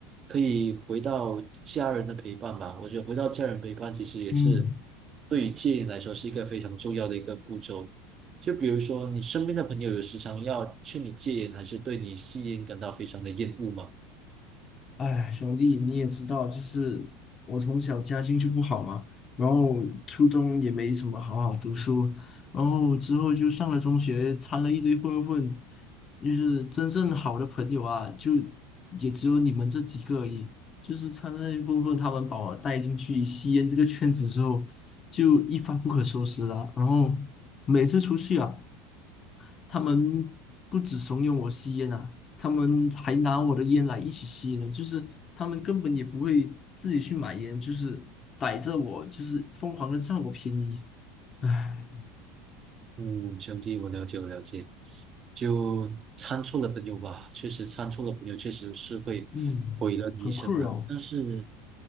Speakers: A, on the right; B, on the left.
A: 可以回到家人的陪伴吧。我觉得回到家人陪伴其实也是
B: 嗯。
A: 对于戒烟来说是一个非常重要的一个步骤。就比如说，你身边的朋友有时常要劝你戒烟，还是对你吸烟感到非常的厌恶吗？
B: 哎，兄弟，你也知道，就是我从小家境就不好嘛，然后初中也没什么好好读书，然后之后就上了中学，掺了一堆混混，就是真正好的朋友啊，就也只有你们这几个而已。就是掺了一堆混混，他们把我带进去吸烟这个圈子之后，就一发不可收拾了。然后每次出去啊。他们不止怂恿我吸烟啊，他们还拿我的烟来一起吸呢。就是他们根本也不会自己去买烟，就是逮着我，就是疯狂的占我便宜。唉，
A: 嗯，兄弟，我了解，我了解。就参错了朋友吧，确实参错了朋友，确实是会
B: 嗯，
A: 毁了你一生啊。
B: 很困扰。
A: 但是